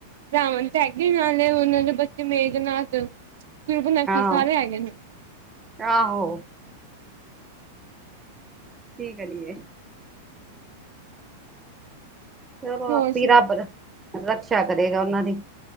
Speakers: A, on the right (about 70°); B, on the right (about 15°).
A: ਰਾਵਣ ਤੇ ਹੈਗੇ ਨਾਲੇ ਉਹਨਾਂ ਦੇ ਬੱਚੇ ਮੇਘਨਾਥ, ਸੁਬਨਖਾ
B: ਆਹੋ
A: ਸਾਰੇ ਹੈਗੇ ਨੇ।
B: ਆਹੋ। ਕੀ ਕਰੀਏ! ਚਲੋ,
A: ਹੋਰ
B: ਆਪ ਹੀ
A: ਸੁਣਾਓ
B: ਰੱਬ ਰਕਸ਼ਾ ਕਰੇਗਾ। ਉਹਨਾਂ ਦੀ